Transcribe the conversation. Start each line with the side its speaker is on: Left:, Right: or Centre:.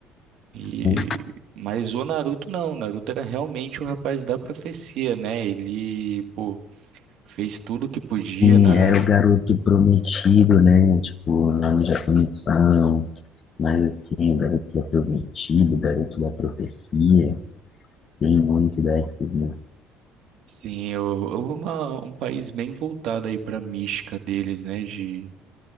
Right: E...
Left: né?
Right: Mas o Naruto não. O Naruto era realmente o rapaz da profecia, né? Ele, pô, fez tudo que podia
Left: sim,
Right: na
Left: era o garoto prometido, né? Tipo, lá no Japão eles falam. Mas assim, o garoto é prometido, o garoto da profecia, tem muito dessas, né?
Right: Sim, o- o- uma, um país bem voltado aí para a mística deles, né? De